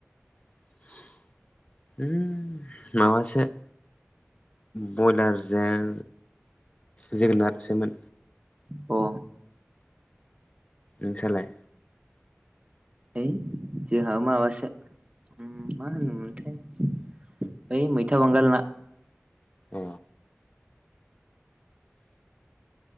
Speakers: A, on the left; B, on the right.
A: <inaudible> उम माबासो बयलारजों जोगोनारसोमोन।
B: अ
A: नोंसालाय
B: ओइ जोंहा माबासो उम मा होनोमोनथाय बै मैथा बांगाल ना।
A: अ